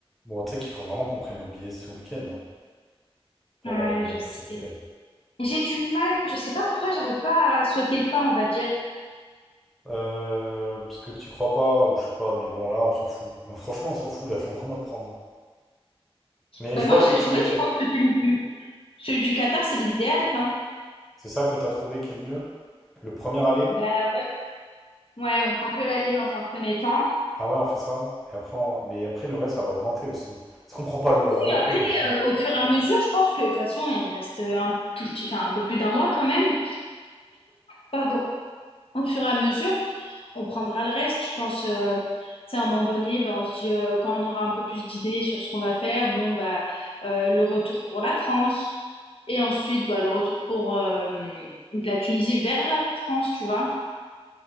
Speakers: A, in the centre; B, on the left (about 65°).
A: Bon, tu sais qu'il faut vraiment qu'on prenne nos billets ce week-end hein, pour
B: Ouais,
A: euh, les vacances
B: je sais.
A: cet été, là.
B: J'ai du mal, je sais pas pourquoi j'arrive pas à sauter le pas, on va dire.
A: Euh, parce que tu crois pas, ou je sais pas, mais bon, là, on s'en fout. <laughs> Franchement, on s'en fout, là, faut vraiment le prendre. Mais
B: Ben
A: je vois
B: moi,
A: ce
B: j'ai
A: que tu
B: trouvé,
A: veux dire.
B: je pense que celui du, celui du Qatar, c'est l'idéal, hein.
A: C'est ça que t'as trouvé qui est le mieux? Le premier aller?
B: Ben ouais, on prend que l'aller dans un premier temps.
A: Ah ouais, on fait ça. Et après, on- Mais après, le reste, ça va augmenter aussi. Est-ce qu'on prend pas le retour
B: Oui, après,
A: aussi?
B: euh, au fur et à mesure, je pense que de toute façon, il reste euh, un tout petit, enfin un peu plus d'un mois quand même. Pardon. Au fur et à mesure, on prendra le reste. Je pense, euh, tu sais, à un moment donné, ben, on se dit, euh, quand on aura un peu plus d'idées sur ce qu'on va faire, bon, bah, euh, le retour pour la France. Et ensuite, bah, le retour pour euh, de la Tunisie vers la France, tu vois.